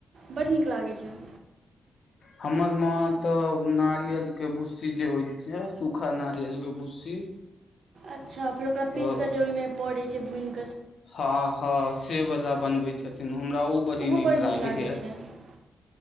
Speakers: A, on the right (about 65°); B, on the left (about 65°).
A: बड नीक लागै छैय।
B: हमर माँ तऽ नारियल के भुस्सी जे होइ छैय सूखा नारियल के भुस्सी
A: अच्छा फेर ओकरा पीस
B: अ
A: कऽ जे ओहिमे पड़ैत छैय भुनि कऽ
B: हँ हँ से बला बनबै छथिन हमरा ओ बड़ी
A: ओहो
B: नीक
A: बड
B: लागैए।
A: लागै छै